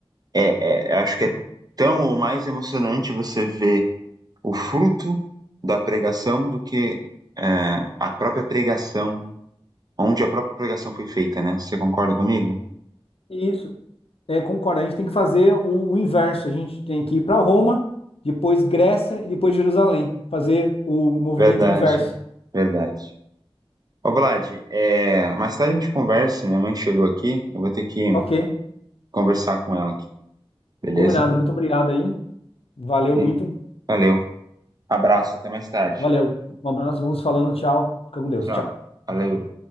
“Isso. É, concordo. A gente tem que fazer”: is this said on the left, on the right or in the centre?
Left